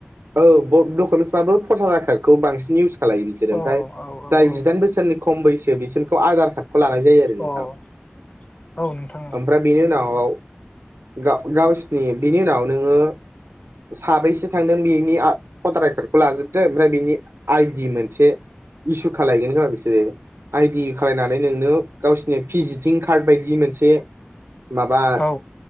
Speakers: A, on the right; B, on the left.
A: औ <unintelligible> डकुमेन्सबाबो फटार आयकारखौ बांसिन इउस खालायो बिसोरो ओमफ्राय
B: अ औ औ
A: जाय
B: औ
A: जिदाइन बोसोरनि खम बैसो बिसोरखौ आधार कार्डखौ लानाय जायो आरो <unintelligible> नोंथां
B: अ औ नोंथां
A: आमफ्राय बिनि उनावाव गाव-गावसिनि बिनि उनाव नोङो साबैसे थांदों बेनि आ पटार आयकारखौ लाजोबदो ओमफ्राय बिनि आइदि मोनसे इसु खालायगोन खोमा बिसोरो आइदि खालायनानै नोंनो गावसिरनि भिजिटिं कार्ड बायदि मोनसे माबा
B: औ